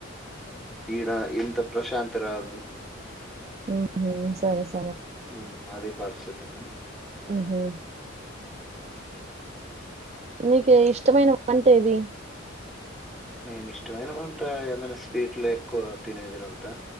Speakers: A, in the centre; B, on the right.
A: ఈడా ఇంత ప్రశాంత రాదు
B: ఊహ్మ్ సరే స
A: మ్ అది పరిస్థితి అమ్మ
B: ఊహు నీకే ఇష్టమైన వంటే అది
A: మేము ఇష్టమైన వంట ఏదయ్నా స్వీట్ లో ఎక్కువ తినేదిరు అంతా